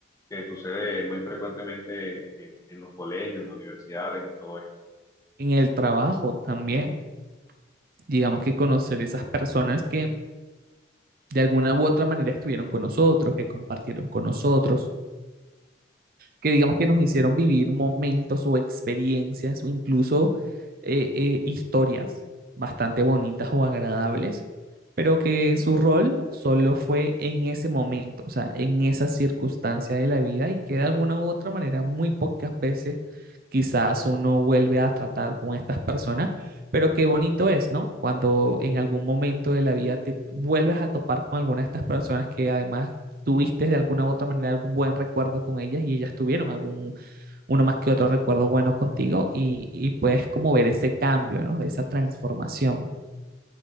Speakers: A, on the left; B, on the right.
A: que sucede muy frecuentemente en, en los colegios, en las universidades y todo esto.
B: En el trabajo también, digamos que conocer esas personas que de alguna u otra manera estuvieron con nosotros, que compartieron con nosotros, que digamos que nos hicieron vivir momentos o experiencias o incluso eh, eh, historias bastante bonitas o agradables, pero que su rol solo fue en ese momento, o sea, en esa circunstancia de la vida y que de alguna u otra manera muy pocas veces quizás uno vuelve a tratar con estas personas, pero qué bonito es, ¿no? Cuando en algún momento de la vida te vuelves a topar con alguna de estas personas que además tuviste de alguna u otra manera algún buen recuerdo con ellas y ellas tuvieron algún, uno más que otro recuerdo bueno contigo y, y puedes como ver ese cambio, ¿no? De esa transformación.